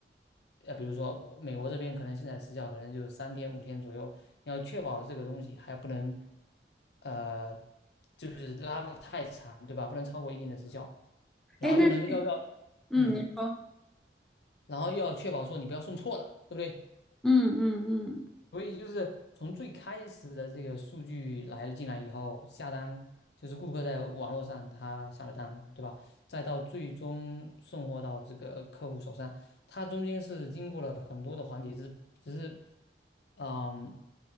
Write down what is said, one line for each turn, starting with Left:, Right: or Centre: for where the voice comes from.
Left: 呃，比如说美国这边可能现在的时效可能就是三天五天左右，你要确保这个东西还不能呃，就是拉的太长，对吧？不能超过一定的时效，然后又能要要嗯，
Centre: 哎，那嗯，你说，
Left: 然后又要确保说你不要送错了，对不对？
Centre: 嗯嗯嗯。
Left: 所以就是从最开始的这个数据来了进来以后，下单就是顾客在网络上他下了单，对吧？再到最终送货到这个客户手上，它中间是经过了很多的环节，只是只是，嗯，